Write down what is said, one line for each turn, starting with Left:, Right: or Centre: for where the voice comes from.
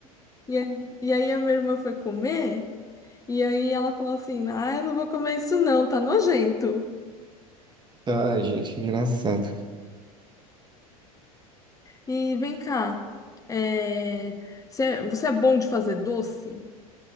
Left: E, a- e aí a minha irmã foi comer. E aí ela falou assim: Ah, eu não vou comer isso não, tá nojento.
Right: Ai, gente, engraçado.
Left: E vem cá, é, você é você é bom de fazer doce?